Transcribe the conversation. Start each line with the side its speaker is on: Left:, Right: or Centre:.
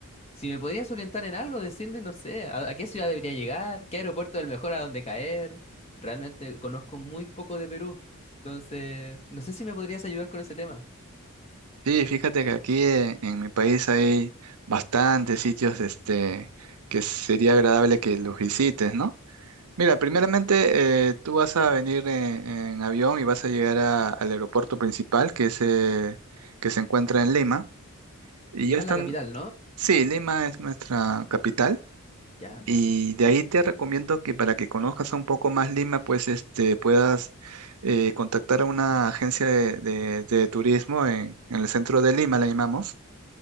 Left: si me podrías orientar en algo, decirme, no sé, a, a qué ciudad debería llegar, qué aeropuerto es el mejor a dónde caer. Realmente conozco muy poco de Perú. Entonces, no sé si me podrías ayudar con ese tema.
Right: Sí, fíjate que aquí eh, en, mi país hay bastantes sitios este, que sería agradable que los visites, ¿no? Mira, primeramente eh, tú vas a venir en, en avión y vas a llegar a- al aeropuerto principal que, es, eh, que se encuentra en Lima. Y
Left: Lima
Right: ya están,
Left: es la capital, ¿no?
Right: sí, Lima es nuestra capital.
Left: Ya,
Right: Y de ahí te recomiendo que para que conozcas un poco más Lima, pues este, puedas eh, contactar a una agencia de, de- de turismo en, en el centro de Lima, la llamamos,